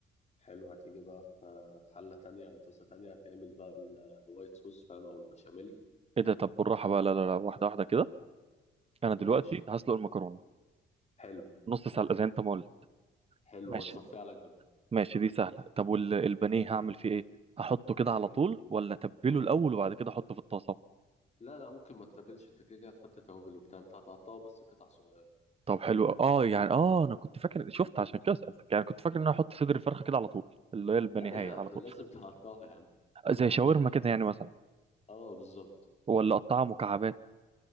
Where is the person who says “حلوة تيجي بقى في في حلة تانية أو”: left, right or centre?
Left